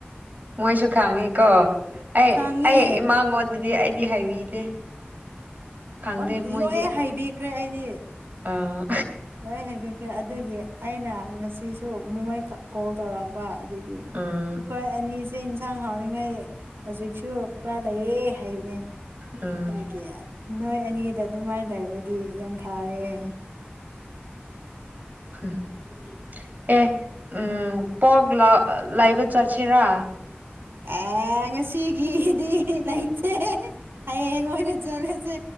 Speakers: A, on the right; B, on the right.
A: ꯃꯣꯏꯁꯨ ꯈꯥꯡꯉꯤ ꯀꯣ ꯑꯩ
B: ꯈꯪꯉꯦ
A: ꯑꯩ ꯏꯃꯥꯉꯣꯟ ꯗꯤ ꯑꯩꯗꯤ ꯍꯥꯏꯕꯤꯗꯦ ꯈꯪꯗꯦ
B: ꯑꯣ
A: ꯃꯣꯏꯗꯤ
B: ꯂꯣꯏ ꯍꯥꯏꯕꯤꯈ꯭ꯔꯦ ꯑꯩꯗꯤ
A: ꯑꯥ
B: ꯂꯣꯏ ꯍꯥꯏꯕꯤꯈ꯭ꯔꯦ ꯑꯗꯨꯒꯤ ꯑꯩꯅ ꯉꯁꯤꯁꯨ ꯃꯃꯩ ꯀꯣꯜ ꯇꯧꯔꯛꯄ ꯑꯗꯒꯤ ꯑꯩꯈꯣꯏ
A: ꯎꯝ
B: ꯑꯅꯤ ꯆꯆꯦ ꯏꯟꯁꯥꯡ ꯍꯥꯎꯔꯤꯉꯩ ꯍꯧꯖꯤꯛꯁꯨ ꯈꯔ ꯂꯩꯌꯦ ꯍꯥꯏꯕꯅꯦ
A: ꯎꯝ
B: ꯑꯗꯨꯗꯒꯤ ꯅꯣꯏ ꯑꯅꯤꯗ ꯑꯗꯨꯃꯥꯏꯅ ꯂꯩꯔꯗꯤ ꯌꯥꯝ ꯐꯔꯦ <inaudible>
A: ꯍꯝ ꯑꯦ ꯎꯝ ꯄꯒ ꯂ ꯂꯏꯕ ꯆꯠꯁꯦꯔ
B: ꯑꯦ ꯉꯁꯤꯒꯤꯗꯤ ꯂꯩ ꯑꯉ ꯑꯣꯏꯅ ꯆꯂꯁꯦ